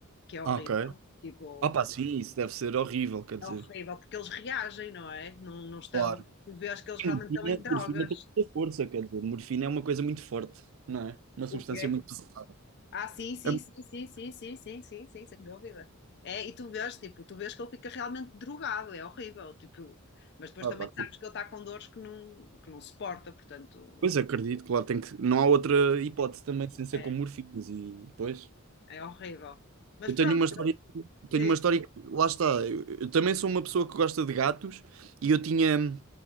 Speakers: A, on the left (about 50°); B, on the right (about 65°).
A: que é horrível,
B: Ah, Ok.
A: tipo,
B: Ah, pá, sim, isso deve ser horrível, quer dizer.
A: é horrível, porque eles reagem, não é? Não, não estão,
B: claro.
A: tu vês que eles realmente
B: E Morfina,
A: estão em drogas,
B: morfina tem muita força, quer dizer, morfina é uma coisa muito forte, não é? Uma substância
A: o quê?
B: muito pesada.
A: Ah, sim, sim,
B: É muito-
A: sim, sim, sim, sim, sim, sim, sim, sem dúvida. É, e tu vês, tipo, tu vês que ele fica realmente drogado, é horrível, tipo, mas depois
B: Ah,
A: também
B: pá,
A: sabes
B: que-
A: que ele está com dores que não, que não suporta, portanto,
B: Pois acredito, claro, tem que... não há outra hipótese
A: é
B: também sem ser com
A: É,
B: morfinas e depois.
A: é, é horrível. Mas
B: Eu
A: pronto,
B: tenho uma história Tenho
A: digo.
B: uma história que, lá está, eu, eu também sou uma pessoa que gosta de gatos e eu tinha,